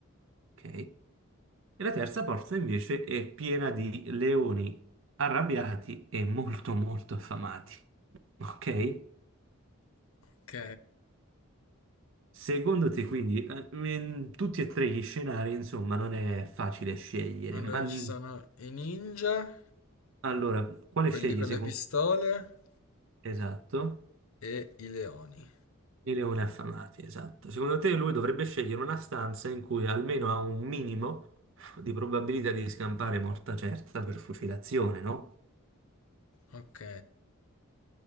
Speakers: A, on the right; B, on the left.
A: ok? E la terza porta invece è piena di leoni arrabbiati e molto molto affamati, ok?
B: Ok.
A: Secondo te quindi eh, in tutti e tre gli scenari, insomma, non è facile scegliere,
B: Allora
A: ma mh,
B: ci sono i ninja,
A: allora, quale
B: quelli
A: scegli
B: con
A: secondo
B: le pistole
A: Esatto.
B: e i leoni.
A: I leoni affamati, esatto. Secondo te lui dovrebbe scegliere una stanza in cui almeno ha un minimo di probabilità di scampare morta certa per fucilazione, no?
B: Ok.